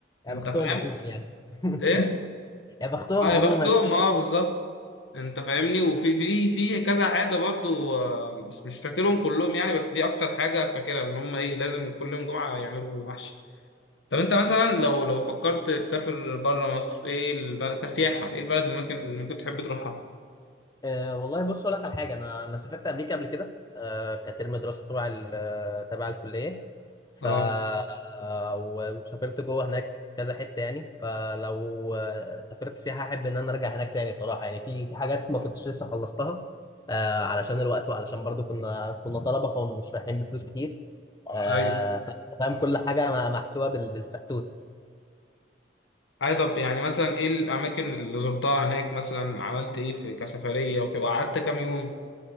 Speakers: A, on the left; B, on the left.
A: يا
B: انت
A: بختهم
B: فاهم
A: عموما يعني <laughs>
B: ايه
A: يا بختهم
B: اه يا
A: عموما
B: بختهم اه بالظبط انت فاهمني وفي في في كذا عاده برضو آه، مش مش فاكرهم كلهم يعني بس دي اكتر حاجه فاكرها ان هم ايه لازم كل يوم جمعه يعملوا محشي طب انت مثلا لو لو فكرت تسافر بره مصر ايه البلد كسياحه ايه البلد اللي ممكن اللي ممكن تحب تروحها
A: أه والله بص اقول لك على حاجه انا انا سافرت امريكا قبل كده أه كترم دراسه تبع ال- آه، تبع الكليه ف
B: اه
A: آه، و- وسافرت جوه هناك كذا حته يعني فلو آه، سافرت سياحه احب ان انا ارجع هناك تاني صراحه يعني في في حاجات ما كنتش لسه خلصتها أه علشان الوقت وعلشان برضو كنا كنا طلبه فمش رايحين بفلوس كتير أه
B: ايوه
A: ف- فاهم كل حاجه م- محسوبه بال- بالسكتوت
B: اي طب يعني مثلا ايه الاماكن اللي زرتها هناك مثلا عملت ايه في كسفريه وكده قعدت كام يوم